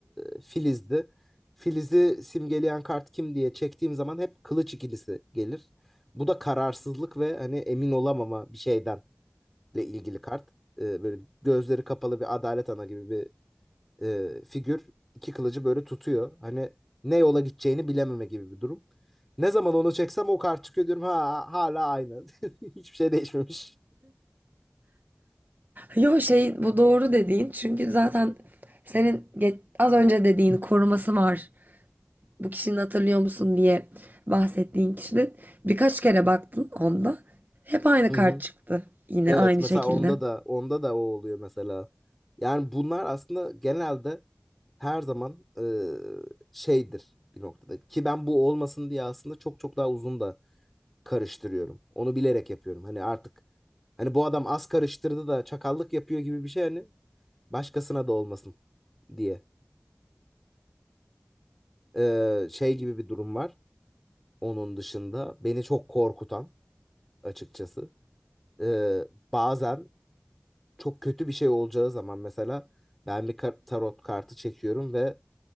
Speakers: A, in the centre; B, on the right (about 50°).
A: e, Filiz'di. Filiz'i simgeleyen kart kim diye çektiğim zaman hep kılıç ikilisi gelir. Bu da kararsızlık ve hani emin olamama bir şeyden ile ilgili kart. E, böyle gözleri kapalı bir adalet ana gibi bir e, figür. İki kılıcı böyle tutuyor. Hani ne yola gideceğini bilememe gibi bir durum. Ne zaman onu çeksem o kart çıkıyor diyorum ha hala aynı. <laughs> Hiçbir şey değişmemiş.
B: Yo şey bu doğru dediğin çünkü zaten senin az önce dediğin koruması var. bu kişinin hatırlıyor musun diye bahsettiğin kişinin birkaç kere baktın onda. Hep aynı
A: Hı
B: kart
A: hı.
B: çıktı. Yine
A: Evet
B: aynı
A: mesela
B: şekilde.
A: onda da onda da o oluyor mesela. Yani bunlar aslında genelde her zaman e, şeydir bir noktada. Ki ben bu olmasın diye aslında çok çok daha uzun da karıştırıyorum. Onu bilerek yapıyorum. Hani artık hani bu adam az karıştırdı da çakallık yapıyor gibi bir şey hani başkasına da olmasın diye. E, şey gibi bir durum var. Onun dışında beni çok korkutan açıkçası. E, bazen çok kötü bir şey olacağı zaman mesela ben bir kar- tarot kartı çekiyorum ve